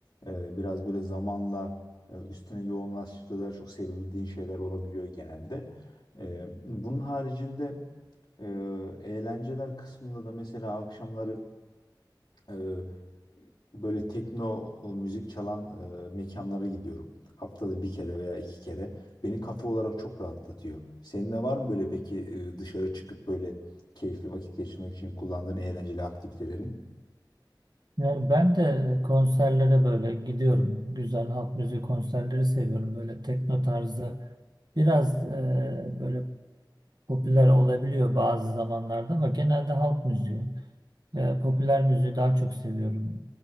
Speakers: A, on the left; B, on the right.
A: e, biraz böyle zamanla e, üstüne yoğunlaştıkça daha çok sevebildiğin şeyler olabiliyor genelde. Ee, Bunun haricinde e, eğlenceler kısmında da mesela akşamları e, Böyle tekno e, müzik çalan e, mekanlara gidiyorum. Haftada bir kere veya iki kere. Beni kafa olarak çok rahatlatıyor. Senin de var mı böyle peki e, dışarı çıkıp böyle keyifli vakit geçirmek için kullandığın eğlenceli aktivitelerin?
B: Yani ben de konserlere böyle gidiyorum. Güzel halk müziği konserleri seviyorum. Böyle tekno tarzı biraz e, böyle popüler olabiliyor bazı zamanlarda ama genelde halk müziği. E, popüler müziği daha çok seviyorum.